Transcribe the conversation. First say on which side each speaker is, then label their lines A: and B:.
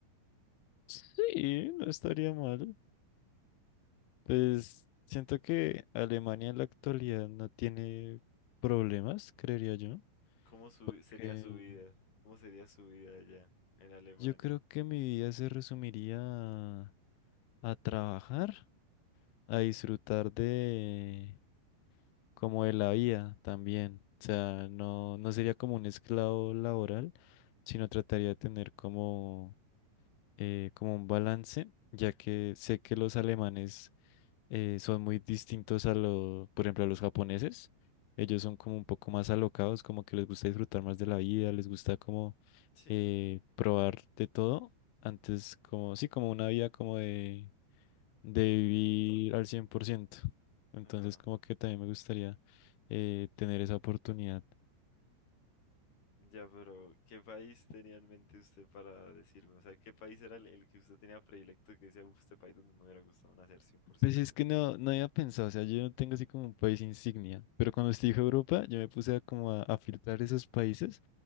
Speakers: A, on the left; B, on the left.
A: Sí, no estaría mal. Pues siento que Alemania en la actualidad no tiene problemas, creería yo.
B: ¿Cómo su- sería
A: Que
B: su vida? ¿Cómo sería su vida allá en Alemania?
A: yo creo que mi vida se resumiría a, a trabajar, a disfrutar de como de la vida también. O sea, no, no sería como un esclavo laboral, sino trataría de tener como eh, como un balance, ya que sé que los alemanes eh, son muy distintos a los, por ejemplo, a los japoneses. Ellos son como un poco más alocados, como que les gusta disfrutar más de la vida, les gusta como
B: Sí,
A: eh, probar de todo. Antes, como, sí, como una vida como de, de vivir al cien por ciento, Entonces,
B: epa.
A: como que también me gustaría eh, tener esa oportunidad.
B: Ya, pero ¿qué país tenía en mente usted para decirme? O sea, ¿qué país era el, el que usted tenía predilecto que decía, "Uf, este país donde me hubiera gustado nacer 100%?
A: Pues es que no, no había pensado, o sea, yo no tengo así como un país insignia, pero cuando estuve en Europa, yo me puse a como a, a filtrar esos países